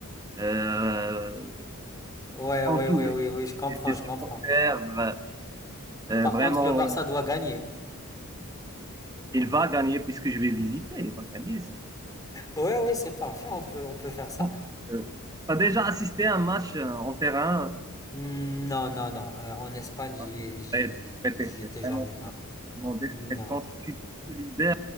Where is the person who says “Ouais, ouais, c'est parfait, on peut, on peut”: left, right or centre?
Left